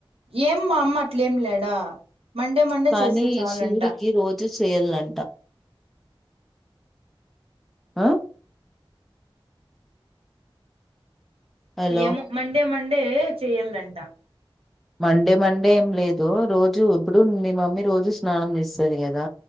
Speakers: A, on the right; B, in the centre.
A: ఏం మా అమ్మ అట్లేమి లేడా మండే మండే
B: కానీ
A: చేస్తే చాలంట
B: శివుడికి రోజు చేయలంట. ఆ హలో
A: ఏమో మండే మండే చెయ్యదంట
B: మండే మండే ఏం లేదు, రోజు ఇప్పుడు మీ మమ్మీ రోజు స్నానం చేస్తుంది కదా.